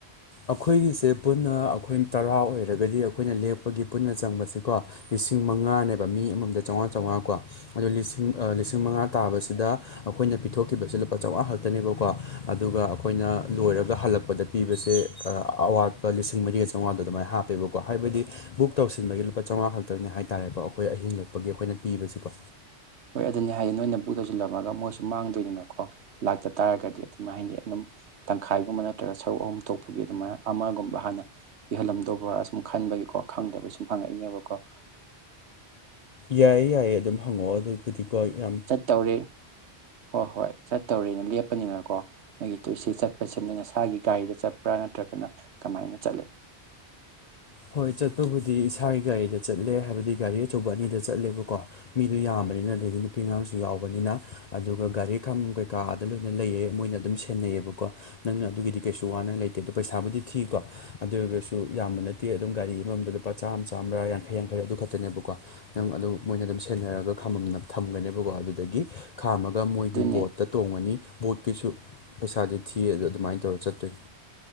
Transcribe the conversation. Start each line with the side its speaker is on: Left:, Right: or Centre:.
Left: ꯑꯩꯈꯣꯏꯒꯤꯁꯦ ꯄꯨꯟꯅ ꯑꯩꯈꯣꯏ ꯇꯔꯥ ꯑꯣꯏꯔꯒꯗꯤ ꯑꯩꯈꯣꯏꯅ ꯂꯦꯛꯄꯒꯤ ꯄꯨꯟꯅ ꯆꯪꯕꯁꯦꯀꯣ ꯂꯤꯁꯤꯡ ꯃꯉꯥꯅꯦꯕ ꯃꯤ ꯑꯃꯃꯝꯗ ꯆꯥꯎꯉꯥ ꯆꯥꯎꯉꯥ ꯀꯣ ꯑꯗꯣ ꯂꯤꯁꯤꯡ ꯑ ꯂꯤꯁꯤꯡ ꯃꯉꯥ ꯇꯥꯕꯁꯤꯗ ꯑꯈꯣꯏꯅ ꯄꯤꯊꯣꯛꯈꯤꯕꯁꯦ ꯂꯨꯄꯥ ꯆꯧꯉꯥ ꯈꯛꯇꯅꯦꯕꯀꯣ ꯑꯗꯨꯒ ꯑꯈꯣꯏꯅ ꯂꯣꯏꯔꯒ ꯍꯜꯂꯛꯄꯗ ꯄꯤꯕꯁꯦ ꯑꯥ ꯑꯋꯥꯠꯄ ꯂꯤꯁꯤꯡ ꯃꯔꯤꯒ ꯆꯧꯉꯥꯗꯣ ꯑꯗꯨꯃꯥꯏꯅ ꯍꯥꯞꯄꯦꯕꯀꯣ ꯍꯥꯏꯕꯗꯤ ꯕꯨꯛ ꯇꯧꯁꯤꯟꯕꯒꯤ ꯂꯨꯄꯥ ꯆꯧꯉꯥ ꯈꯛꯇꯪꯅꯦ ꯍꯥꯏꯇꯥꯔꯦꯀꯣ ꯑꯩꯥꯈꯣꯏ ꯑꯍꯤꯡ ꯂꯦꯛꯄꯒꯤ ꯑꯩꯈꯣꯏꯅ ꯄꯤꯕꯁꯤꯀꯣ
Right: ꯍꯣꯏ ꯑꯗꯨꯅꯦ ꯍꯥꯏꯖꯦ ꯅꯣꯏꯅ ꯕꯨꯛ ꯇꯧꯁꯤꯜꯂꯝꯃꯒ ꯃꯣꯏꯁꯨ ꯃꯥꯡꯗꯣꯏꯅꯤꯅꯀꯣ ꯂꯥꯛꯇ ꯇꯥꯔꯒꯗꯤ ꯀꯃꯥꯏ ꯍꯥꯏꯅꯤ ꯑꯗꯨꯝ ꯇꯪꯈꯥꯏꯒꯨꯝꯕ ꯅꯠꯇ꯭ꯔꯒ ꯁꯔꯨꯛ ꯑꯍꯨꯝ ꯊꯣꯛꯄꯒꯤ ꯑꯗꯨꯃꯥꯏꯅ ꯑꯃꯒꯨꯝꯕ ꯍꯥꯟꯅ ꯄꯤꯍꯜꯂꯝꯗꯧꯕ꯭ꯔꯥ ꯁꯨꯝ ꯈꯟꯕꯒꯤꯀꯣ ꯈꯪꯗꯕꯒꯤ ꯁꯨꯝ ꯍꯪꯉꯛꯏꯅꯦꯕꯀꯣ
Left: ꯌꯥꯏꯌꯦ ꯌꯥꯏꯌꯦ ꯑꯗꯨꯝ ꯍꯪꯉꯛꯑꯣ ꯑꯗꯨꯏꯕꯨꯗꯤꯀꯣ ꯌꯥꯝ
Right: ꯇꯧꯔꯦ ꯍꯣ ꯍꯣꯏ ꯆꯠꯇꯧꯔꯦꯅ ꯂꯦꯞꯄꯅꯤꯗꯅ ꯀꯣ ꯅꯣꯏꯒꯤ ꯇꯨꯏꯁꯤ ꯆꯠꯄꯁꯤ ꯅꯣꯏꯅꯁꯥꯒꯤ ꯒꯥꯔꯤꯗ ꯆꯠꯄ꯭ꯔꯥ ꯅꯠꯇ꯭ꯔꯒꯅ ꯀꯃꯥꯏꯅ ꯆꯠꯂꯤ
Left: ꯍꯣꯏ ꯆꯠꯄꯕꯨꯗꯤ ꯏꯁꯥꯒꯤ ꯒꯥꯔꯤꯗ ꯆꯠꯂꯦ ꯍꯥꯏꯕꯗꯤ ꯒꯥꯔꯤ ꯑꯆꯧꯕ ꯑꯅꯤꯗ ꯆꯠꯂꯦꯕꯀꯣ ꯃꯤꯗꯣ ꯌꯥꯝꯕꯅꯤꯅ ꯑꯗꯒꯤ ꯅꯨꯄꯤ ꯑꯉꯥꯡꯁꯨ ꯌꯥꯎꯕꯅꯤꯅ ꯑꯗꯨꯒ ꯒꯥꯔꯤ ꯈꯥꯝꯕꯝ ꯀꯩꯀꯥ ꯑꯥꯗ ꯂꯣꯏꯅ ꯂꯩꯌꯦ ꯃꯣꯏꯅ ꯑꯗꯨꯝ ꯁꯦ ꯅꯩꯌꯦꯕꯀꯣ ꯅꯪꯅ ꯑꯗꯨꯒꯤꯗꯤ ꯀꯩꯁꯨ ꯋꯥꯅ ꯂꯩꯇꯦ ꯑꯗꯣ ꯄꯩꯁꯥꯕꯨꯗꯤ ꯊꯤꯀꯣ ꯑꯗꯨ ꯑꯣꯏꯔꯒꯁꯨ ꯌꯥꯝꯕ ꯅꯠ ꯇꯦ ꯑꯗꯨꯝ ꯒꯥꯔꯤ ꯑꯃꯃꯝꯗ ꯂꯨꯄꯥ ꯆꯥꯝꯃ ꯆꯥꯝꯃ꯭ꯔꯥ ꯌꯥꯡꯈꯩ ꯌꯥꯡꯈꯩꯔꯥ ꯑꯗꯨ ꯈꯛꯇꯅꯦꯕꯀꯣ ꯅꯪ ꯑꯗꯨ ꯃꯣꯏꯅ ꯑꯗꯨꯝ ꯁꯦꯟꯅꯔꯒ ꯈꯥꯝꯕꯝꯗ ꯊꯝꯒꯅꯦꯕꯀꯣ ꯑꯗꯨꯗꯒꯤ ꯈꯥꯝꯃꯒ ꯃꯣꯏꯒꯤ
Right: ꯑꯗꯨꯅꯦ
Left: ꯕꯣꯠꯇ ꯇꯣꯡꯉꯅꯤ ꯕꯣꯠꯀꯤꯁꯨ ꯄꯩꯁꯥꯗꯤ ꯊꯤꯌꯦ ꯑꯗꯣ ꯑꯗꯨꯃꯥꯏꯅ ꯇꯧꯔ ꯆꯠꯇꯣꯏꯅꯦ